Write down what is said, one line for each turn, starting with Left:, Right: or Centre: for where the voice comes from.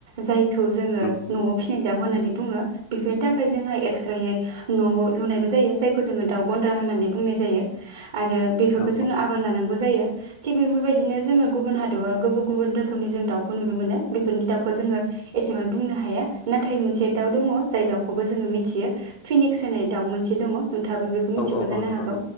Right: जाय जोङो
Left: नंगौ
Right: न'आव फिसिनाय दाउ होननानै बुङो बेफोरनि थाखाय जोंहा एक्स्रायै न' लुनायबो जायो जायखौ जोङो दाउ गन्द्रा होननानै बुंनाय जायो। आरो बेफोरखौ
Left: औ
Right: जोङो
Left: औ
Right: आबार लानांगौ जायो। थिग बेफोरबायदिनो जोङो गुबुन हादराव गुबुन गुबुन रोखोमनि जों दाउखौ नुनो मोनो बेफोरनि दाउखौ जोङो एसेबां बुंनो हाया नाथाय मोनसे दाउ दङ जाय दाउखौबो जोङो मिथियो फिनिक्स होनाय दाउ मोनसे दङ नोंथाङाबो बेखौ मिथिगौ
Left: औ
Right: जानो
Left: औ नंगौ
Right: हागौ